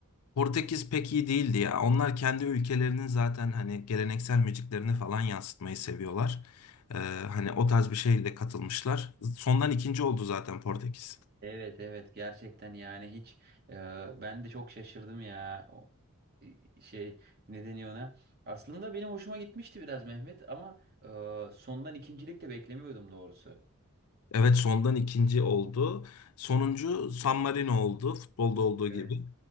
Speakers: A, on the left; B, on the right.
A: Portekiz pek iyi değildi ya. Onlar kendi ülkelerinin zaten hani geleneksel müziklerini falan yansıtmayı seviyorlar. Ee, hani o tarz bir şeyle katılmışlar. Sondan ikinci oldu zaten Portekiz.
B: Evet evet gerçekten yani hiç e, ben de çok şaşırdım ya o e, şey ne deniyor ona. Aslında benim hoşuma gitmişti biraz Mehmet ama e, sondan ikincilik de beklemiyordum doğrusu.
A: Evet sondan ikinci oldu. Sonuncu San Marino oldu. Futbolda olduğu gibi.
B: Evet.